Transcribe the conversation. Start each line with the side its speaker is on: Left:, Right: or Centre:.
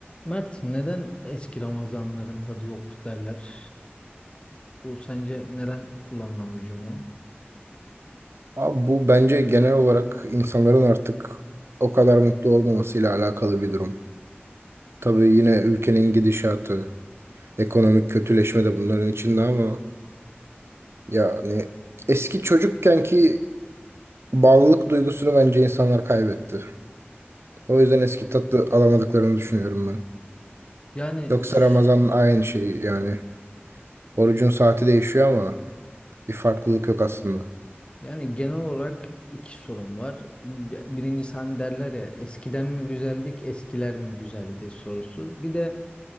Left: Mert, neden eski Ramazanların tadı yok derler? Bu sence neden kullanılan bir cümle?
Right: Abi bu bence genel olarak insanların artık o kadar mutlu olmamasıyla alakalı bir durum. Tabii yine ülkenin gidişatı, ekonomik kötüleşme de bunların içinde ama yani eski çocukkenki bağlılık duygusunu bence insanlar kaybetti. O yüzden eski tatlı alamadıklarını düşünüyorum ben.
Left: Yani
Right: Yoksa
Left: s-
Right: Ramazan aynı şey yani. Orucun saati değişiyor ama bir farklılık yok aslında.
Left: yani genel olarak iki sorun var. Bi- Birincisi hani derler ya eskiden mi güzeldik, eskiler mi güzeldi sorusu. Bir de